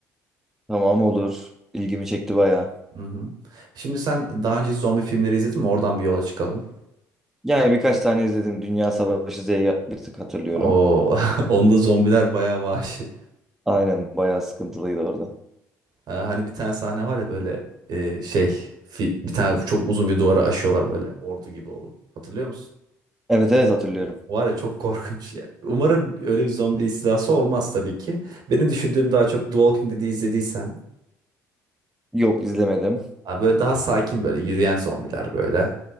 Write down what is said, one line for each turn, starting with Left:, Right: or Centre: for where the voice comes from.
Centre: Tamam olur. İlgimi çekti bayağı.
Right: Hı hı. Şimdi sen daha önce hiç zombi filmleri izledin mi? Oradan bir yola çıkalım.
Centre: Yani birkaç tane izledim. Dünya Savaşı Z'yi bir tık hatırlıyorum.
Right: O <laughs> onda zombiler bayağı vahşi.
Centre: Aynen bayağı sıkıntılıydı orada.
Right: Ha, Hani bir tane sahne var ya böyle e, şey fi- bir tane çok uzun bir duvara aşıyorlar böyle ordu gibi olup. Hatırlıyor musun?
Centre: Evet evet hatırlıyorum.
Right: Var ya çok <laughs> korkunç ya. Umarım öyle bir zombi istilası olmaz tabii ki. Benim düşündüğüm daha çok The Walking Dead'i izlediysen
Centre: Yok izlemedim.
Right: ha, böyle daha sakin böyle yürüyen zombiler böyle.